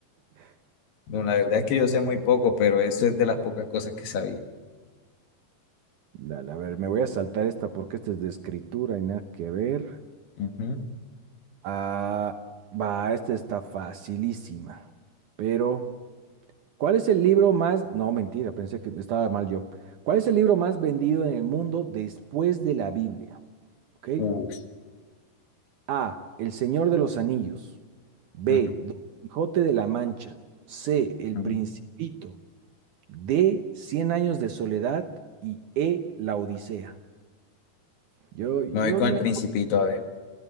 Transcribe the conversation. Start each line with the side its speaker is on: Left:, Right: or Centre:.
Right: <laughs>
Left: Bueno, la verdad es que yo sé muy poco, pero eso es de las pocas cosas que sabía.
Right: Dale, a ver, me voy a saltar esta porque esta es de escritura y nada que ver.
Left: Ujú.
Right: Ah, va, esta está facilísima. Pero, ¿cuál es el libro más... No, mentira, pensé que estaba mal yo. ¿Cuál es el libro más vendido en el mundo después de la Biblia? ¿Ok?
Left: Uf.
Right: A, El Señor de los Anillos. B,
Left: Ujú,
Right: Don Quijote de la Mancha. C, El
Left: ujú.
Right: Principito. D, Cien años de soledad. Y E, La Odisea. Yo, yo
Left: Me voy con
Right: me,
Left: el principito, a ver.